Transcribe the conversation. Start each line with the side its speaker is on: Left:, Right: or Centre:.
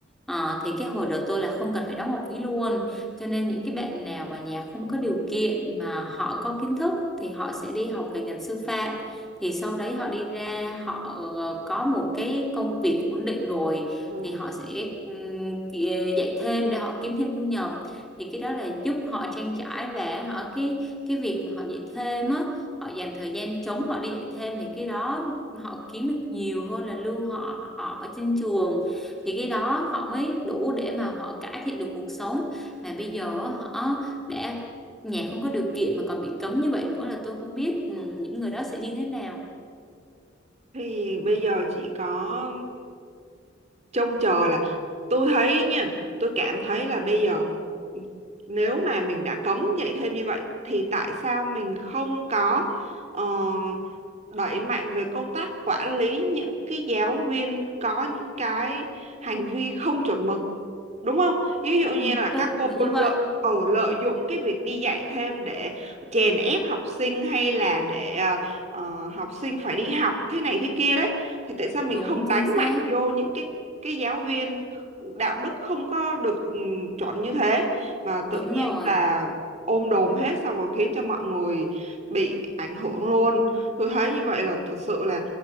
Centre: Ờ, thì cái hồi đó tôi là không cần phải đóng học phí luôn cho nên những cái bạn nào mà nhà không có điều kiện mà họ có kiến thức thì họ sẽ đi học về ngành sư phạm. Thì sau đấy họ đi ra họ ờ, có một cái công việc ổn định rồi
Right: ừm,
Centre: thì họ sẽ ừm, ki- dạy thêm để họ kiếm thêm thu nhập. Thì cái đó là giúp họ trang trải và họ cái cái việc mà họ dạy thêm á, họ dành thời gian trống họ đi dạy thêm thì cái đó họ kiếm được nhiều hơn là lương họ họ ở trên trường. Thì cái đó họ mới đủ để mà họ cải thiện được cuộc sống mà bây giờ họ đã nhà không có điều kiện mà còn bị cấm như vậy nữa là tôi không biết ừ, những người đó sẽ như thế nào
Right: thì bây giờ chỉ có trông chờ là tôi thấy nha tôi cảm thấy là bây giờ nếu mà mình đã cấm dạy thêm như vậy thì tại sao mình không có ờ, đẩy mạnh về công tác quản lý những cái giáo viên có những cái hành vi không chuẩn mực đúng không ví
Centre: Ừ.
Right: dụ như là các
Centre: tôi cũng
Right: cô
Centre: nghĩ như vậy
Right: lợi, ờ, lợi dụng cái việc đi dạy thêm để chèn ép học sinh hay là để ờ, ờ, học sinh phải đi học thế này thế kia đấy thì tại sao mình
Centre: đúng
Right: không đánh
Centre: chính xác
Right: mạnh vô những cái cái giáo viên đạo đức không có được ừ, chuẩn như thế mà
Centre: đúng
Right: tự nhiên
Centre: rồi
Right: là ôm đồm hết xong rồi khiến cho mọi người bị ảnh hưởng luôn tôi thấy như vậy là thật sự là